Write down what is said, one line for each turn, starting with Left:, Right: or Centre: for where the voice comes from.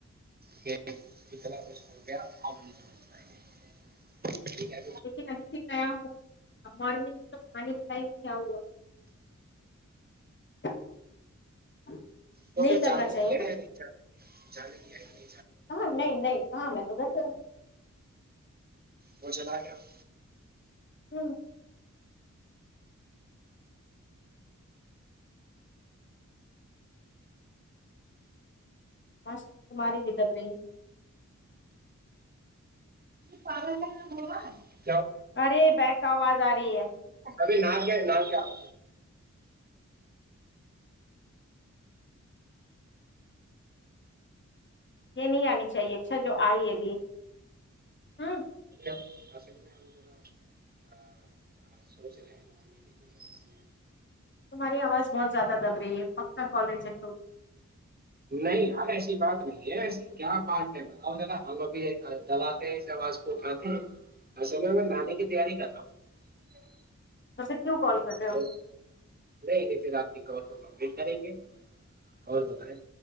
Right: کہ اتنا کچھ ہو گیا آپ نہیں سمجھ پائیں گے ٹھیک ہے
Left: لیکن ابھی سے نیا ہو اب مرنے میں <unintelligible> کہانی بتائی کیا ہوا <unintelligible>
Right: تو پ
Left: کرنا
Right: جال
Left: چاہیے
Right: دیائے
Left: نا
Right: نہیں چائے جال دیائے نہیں چائے <unintelligible>
Left: نہیں نہیں کااں میں تو گس <unintelligible>
Right: وہ چلا گیا <unintelligible>
Left: ہوں <unintelligible> مسٹ سماری بدبے <unintelligible>
Right: پاگل کا ہوا <unintelligible>
Left: ارے بہک آواز آ رہی ہے <unintelligible>
Right: ابھی ن کیا ن کیا <unintelligible>
Left: یہ نہیں آنی چاہیے اچھا جو آئی ہےبھی ہ <unintelligible>
Right: اصل میں ہم ذرا سوچ رہے ہیں آنے کے لیے اس لیے
Left: تمہاری آواز بہت زیادہ دب رہی ہے پکا کال رہی ج <unintelligible>
Right: نہیں یار ایسی بات نہیں ہے ایسی کیا بات ہے بناؤ ذرا ہم ابھی دوا <unintelligible> س آاز کو اٹھاتے <unintelligible> اصل میں میں گے کی تیاری کرتا ہوں <unintelligible>
Left: تس کیوں کال کر رہے
Right: تو
Left: ہو <unintelligible>
Right: نہیں نہیں پھر آپ کی کور کو کمپلیٹ کریں گے اور بتائیں